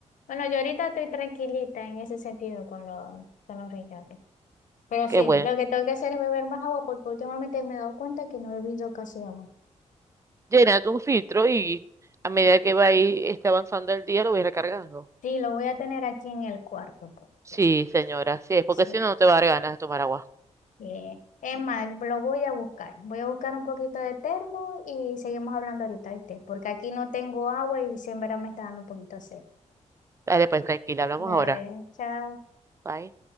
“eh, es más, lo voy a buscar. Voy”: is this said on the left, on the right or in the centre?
Left